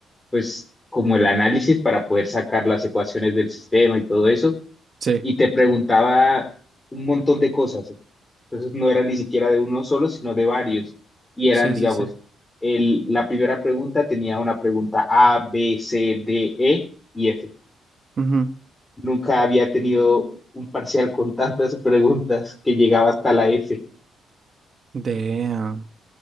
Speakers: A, on the left (about 20°); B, on the right (about 50°).
A: pues como el análisis para poder sacar las ecuaciones del sistema y todo eso
B: Sí.
A: y te preguntaba un montón de cosas. Entonces no era ni siquiera de uno solo, sino de varios. Y eran,
B: Sí,
A: digamos,
B: sí, sí.
A: el, la primera pregunta tenía una pregunta A, B, C, D, E y F.
B: Ujú.
A: Nunca había tenido un parcial con tantas <laughs> preguntas que llegaba hasta la F.
B: Damn.